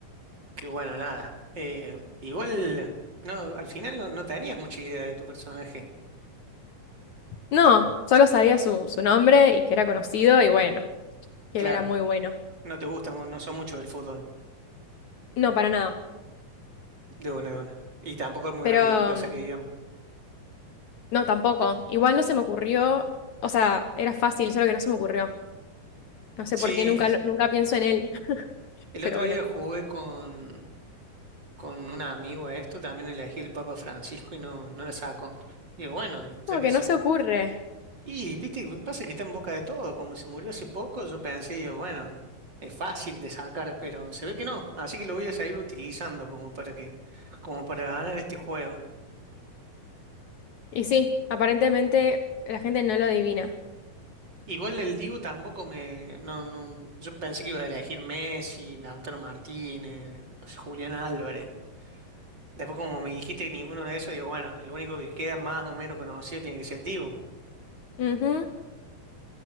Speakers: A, on the right (about 30°); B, on the left (about 65°).
A: que bueno, nada. Eh, igual, no, al final no, no tenías mucha idea de tu personaje.
B: No, solo sabía su, su nombre y que era conocido y bueno, que
A: Claro,
B: él era muy bueno.
A: no te gusta, mu- no son mucho del fútbol,
B: No, para nada.
A: de buena de buena. Y tampoco es muy
B: Pero
A: religiosa
B: mm,
A: que digamos.
B: no, tampoco. Igual no se me ocurrió, o sea, era fácil, solo que no se me ocurrió. No sé
A: Sí,
B: por qué nunca, lo- nunca pienso en él, <laughs>
A: el
B: pero
A: otro
B: bueno,
A: día jugué con, con un amigo a esto, también elegí el Papa Francisco y no, no lo saco. Digo, bueno, ya
B: como
A: que
B: que
A: se
B: no
A: mu-
B: se ocurre.
A: Y, viste, que pasa que está en boca de todo. Como se murió hace poco, yo pensé, digo, bueno, es fácil de sacar, pero se ve que no. Así que lo voy a seguir utilizando como para que, como para ganar este juego.
B: Y sí, aparentemente la gente no lo adivina.
A: Igual el Dibu tampoco me, no, no, yo pensé que ibas a elegir Messi, Lautaro Martínez, no sé, Julián Álvarez. Después como me dijiste que ninguno de esos, digo, bueno, lo único que queda más o menos conocido tiene que ser el Dibu.
B: Ujú.